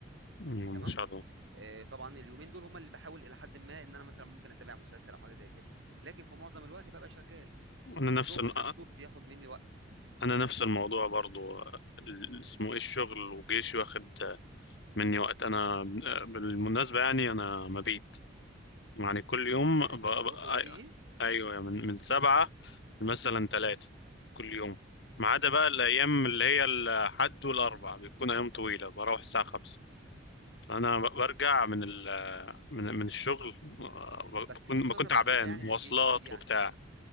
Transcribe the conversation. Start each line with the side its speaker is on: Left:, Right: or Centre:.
Left: مم،
Right: تمام؟
Left: ما شاء الله
Right: آآ، طبعًا اليومين دول هم اللي باحاول إلى حدٍ ما إن أنا مثلًا ممكن أتابع مسلسل أو حاجة زي كده، لكن في معظم الوقت بابقى شغال،
Left: انا
Right: الشغل
Left: نفس ال...
Right: نفسه بياخد مني وقت،
Left: انا نفس الموضوع برضو آه، ال- اسمه ايه الشغل وجيشي واخد مني وقت انا بالمناسبه يعني انا مبيت يعني كل يوم
Right: يعني
Left: ب...
Right: بتروح
Left: ب... أي-
Right: وبتيجي،
Left: ايوه من من سبعه مثلا ثلاثه كل يوم ما عدا بقى الايام اللي هي الحد والاربع بيكون ايام طويله بروح الساعه خمسة فانا ب- برجع من ال... من من الشغل آه،
Right: بس
Left: بكون
Right: في خبرة
Left: بكون تعبان
Right: بتاخدها يعني
Left: مواصلات
Right: من الجيش أكيد يعني.
Left: وبتاع